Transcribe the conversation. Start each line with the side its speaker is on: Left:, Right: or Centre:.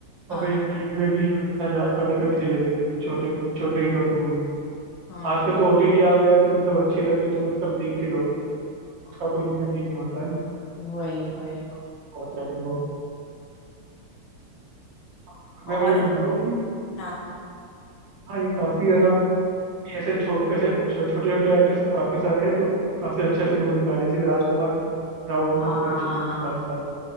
Left: हाँ
Right: और फिर टीवी में भी है ना इतना जा, कभी कभी दे देते थे छोटे छोटे हीरो की मूवीज
Left: हाँ
Right: आजकल तो ओटीटी आ गया है तो मतलब अच्छी लगे तो मतलब देख ही लो उसका कोई ये ना ये नहीं होता है ना
Left: वही
Right: तो
Left: वही
Right: होता है फिर वो हाँ, मैं
Left: और
Right: वही बोलता हूँ कि
Left: हाँ
Right: हाँ ये काफी है ना ये ऐसे छो, ऐसे छो, छोटे छोटे एक्टर्स काफी सारे हैं जो काफी अच्छी अच्छी मूवी निकाले जैसे कि राजकुमार राव भी
Left: हाँ
Right: काफी अच्छी मूवी निकालता है